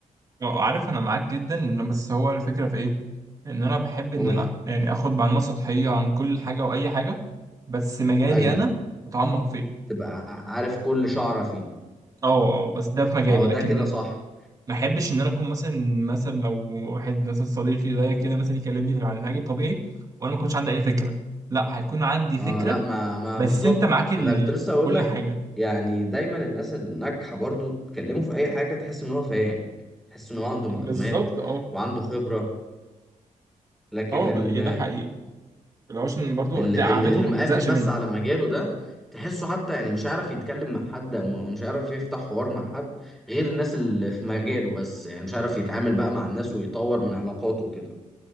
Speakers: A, on the right (about 25°); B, in the centre.
A: اه عارف انا معاك جدا إن- بس هو الفكرة في ايه؟ ان انا بحب ان
B: قول
A: انا يعني اخد معلومات سطحية عن كل حاجة واي حاجة بس مجالي
B: ايوه
A: انا اتعمق فيه
B: تبقى عارف كل شعره فيه
A: اه آه، بس ده في مجالي
B: ما هو ده
A: لكن
B: كده صح
A: ما احبش ان انا اكون مثلا مثلا لو واحد مثلا صديقي زي كده مثلا يكلمني عن العلاج الطبيعي وانا ما كنتش عندي اي فكره لا هيكون عندي
B: اه
A: فكره
B: لا ما ما
A: بس
B: بالظبط
A: انت معاك ال...
B: يعني انا كنت لسه
A: <hesitation>
B: اقول
A: كل
B: لك
A: حاجه
B: يعني دايما الناس الناجحه برضو تكلمه في اي حاجه تحس ان هو فاهم يعني تحس ان هو عنده معلومات
A: بالظبط اه
B: وعنده خبره لكن
A: اه
B: ال-
A: ب- يعني ده حقيقي لو عشان برضو
B: ال-
A: قعدتهم
B: ال- اللي
A: ما
B: مقافل
A: بتزهقش
B: بس
A: منها
B: على مجاله ده تحسه حتى يعني مش عارف يتكلم مع حد او م- مش عارف يفتح حوار مع حد غير الناس اللي في مجاله بس يعني مش عارف يتعامل بقى مع الناس ويطور من علاقاته وكده